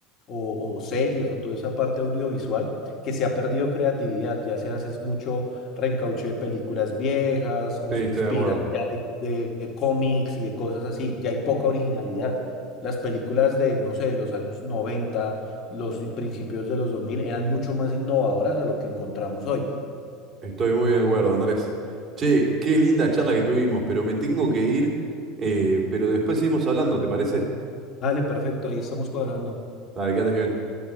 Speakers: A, on the left; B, on the right.
A: o, o series o toda esa parte audiovisual, que se ha perdido creatividad, ya se hace es mucho reencauche de películas viejas o
B: Sí,
A: se
B: estoy
A: inspiran
B: de acuerdo.
A: ya de de cómics y de cosas así, ya hay poca originalidad. Las películas de, no sé, de los años noventa los principios de los dos mil eran mucho más innovadoras de lo que encontramos hoy.
B: Estoy muy de acuerdo, Andrés. Che, qué linda charla que tuvimos, pero me tengo que ir, eh, pero después seguimos hablando, ¿te parece?
A: Dale, perfecto, ahí estamos cuadrando.
B: Dale, que andes bien.